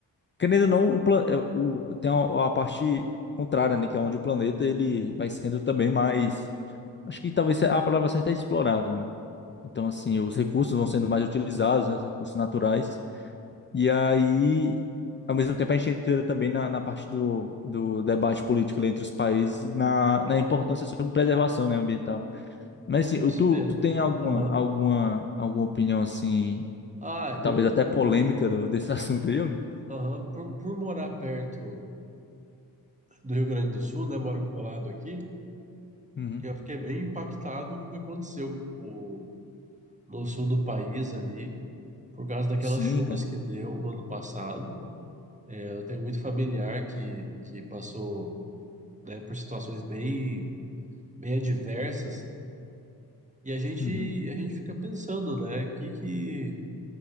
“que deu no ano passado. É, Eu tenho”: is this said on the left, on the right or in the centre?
Right